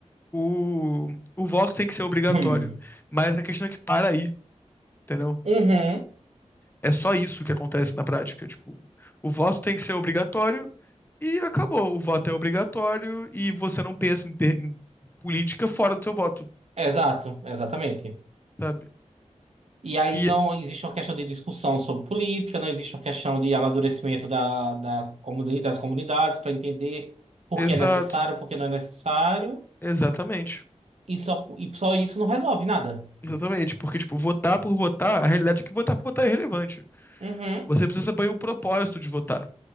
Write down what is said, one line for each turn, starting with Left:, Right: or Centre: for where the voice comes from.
Left: O, o voto tem que ser obrigatório.
Right: Hum.
Left: Mas a questão é que para aí, entendeu?
Right: Uhum.
Left: É só isso que acontece na prática. Tipo, o voto tem que ser obrigatório e acabou. O voto é obrigatório e você não pensa em, ter- em política fora do seu voto,
Right: É, Exato, exatamente.
Left: sabe?
Right: E aí
Left: E
Right: não existe uma questão de discussão sobre política, não existe uma questão de amadurecimento da, da comuni das comunidades para entender por
Left: exato,
Right: que é necessário, por que não é necessário,
Left: exatamente.
Right: e só, e só isso não resolve nada.
Left: Exatamente, porque, tipo, votar por votar, a realidade é que votar por votar é irrelevante.
Right: Uhum.
Left: Você precisa saber o propósito de votar.